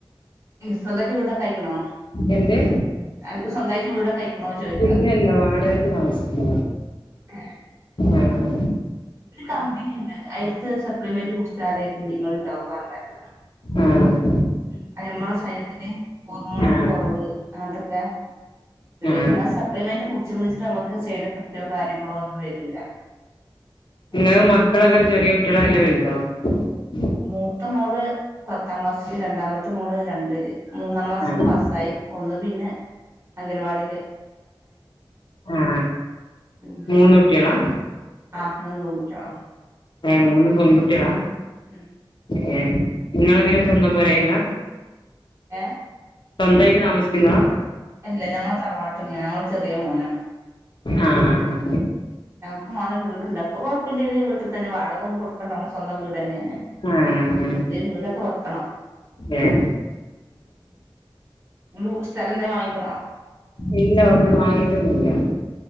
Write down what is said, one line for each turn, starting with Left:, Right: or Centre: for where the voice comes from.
Right: സ്വന്തായിട്ട് വീടൊക്കെ ആയിക്കണോ
Left: എന്റെ
Right: അനക്ക് സ്വന്തയിട്ട് വീടൊക്കെ ആയിക്കണോ ചോദി-
Left: ഇല്ല ഇല്ല വാടകക്ക് താമസിക്കുന്നതാ
Right: എഹ്
Left: ആഹ്
Right: ഒരു കമ്പനി ഇണ്ട് അയിത്ത് സപ്ലിമെന്റ് കുടിച്ചാലേ കുഞ്ഞുങ്ങൾ ഇണ്ടാവും പറഞ്ഞെക്ക
Left: ആഹ്
Right: ഉം അത് നമ്മടെ ശരീരത്തില് ഹോർമോണിന്റെ
Left: ആഹ്
Right: കുറവ് അങ്ങനത്തൊക്കെ ളേന
Left: ആഹ്
Right: സപ്ലിമെന്റ് കുടിച്ചു വെച്ചിട്ട് നമുക്ക് സൈഡ് എഫക്റ്റോ കാര്യങ്ങളോ ഒന്നും വരൂല
Left: നിങ്ങൾ
Right: ഉം
Left: മക്കളൊക്കെ ചെറിയ <unintelligible>
Right: മൂത്ത മോള് പത്താം ക്ലാസ്സില്, രണ്ടാം മ മത്തെ മോള് രണ്ടില്, മൂന്നാം ക്ലാസ്
Left: ആഹ്
Right: പാസ്സായി, ഒന്ന് പിന്നെ അംഗൻവാടിൽ
Left: ആ
Right: ഉം
Left: മൂന്ന് കുട്ടിളാ
Right: ആ മൂന്ന് പെൺകുട്ടികളാ
Left: ഏ മൂന്നും പെൺകു ട്ട്യാള
Right: ഉം
Left: ഏ നിങ്ങളങ്ങനെ സ്വന്തം പൊരയില്ല.
Right: ഏ
Left: സ്വന്തായിട്ട് താമസിക്കുന്നാ
Right: അല്ല ഞങ്ങള് തറവാട്ട് <unintelligible> ചെറിയ മോനാണ്
Left: ആഹ്
Right: ഞങ്ങക്ക് മണൽ വീടുണ്ട് <unintelligible> <unintelligible> വീട്ടിൽ തന്നെ വാടകയൊന്നും കൊടുക്കണ്ട നമ്മ സ്വന്തം വീട് ന്നെയാണ്
Left: ആഹ്
Right: നമുക്ക്
Left: ആഹ്
Right: പുതിയൊരു വീടൊക്കെ വെക്കണം
Left: ഏഹ്
Right: ഉമ്മു സ്ഥലം എന്തേലും വാങ്ങിക്ക്ണോ?
Left: ഇല്ല ഒന്നും വാങ്ങിട്ടൊന്നൂല്ല്യ